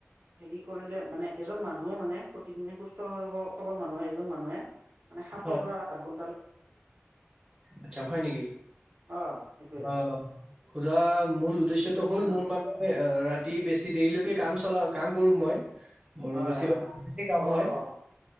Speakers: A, on the right; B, on the right.
A: হেৰি কৰিলে মানে এজন মানুহে মানে প্ৰতিদিনে সুস্থ স সবল মানুহে এজন মানুহে মানে সাতৰ
B: হয়।
A: পৰা আঠ ঘন
B: আচ্ছা হয় নেকি
A: অ সেইটোৱে
B: অহ সুধা মূল উদ্দেশ্যয়টো হ'ল
A: অ
B: মোৰ মাজৰে ৰাতি বেছি দেৰিলৈকে কাম চলা কাম কৰোঁ মই <inaudible> মোৰ
A: হয়-
B: বেছিভাগ
A: হয়
B: অনলাইনে কাম
A: অ
B: হয়।
A: <inaudible>